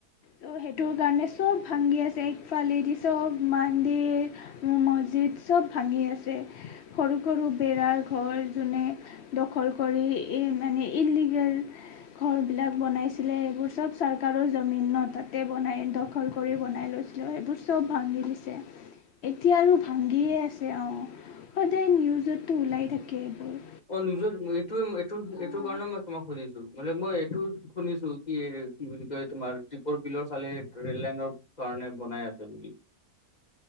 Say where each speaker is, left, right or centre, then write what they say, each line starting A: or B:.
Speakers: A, on the left; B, on the left.
A: তো সেইটোৰ কাৰণে চব ভাংগী আছে একফালেদি চব মান্দিৰ মছজিদ চব ভাঙি আছে। সৰু সৰু বেৰাৰ ঘৰ যোনে দখল কৰি ই মানে ইললিগল ঘৰবিলাক বনাইছিলে এইবোৰ চব চৰকাৰৰ জমিন ন' তাতে বনাই দখল কৰি বনাই লৈছিলে। সেইবোৰ চব ভাঙি দিছে। এতিয়া আৰু ভাঙ্গিয়ে আছে অঁ সদায় নিউজতটো ওলাই থাকে এইবোৰ।
B: অ নিউজত এইটোৱে মই এইটো
A: অঁ
B: এইটো কাৰণে মই তোমাক সুধিছো মানে মই এইটো শুনিছো কি কি বুলি কয় তোমাৰ দীপৰ বিলৰ ফালে ৰেল লাইনৰ কাৰণে বনাই আছে বুলি।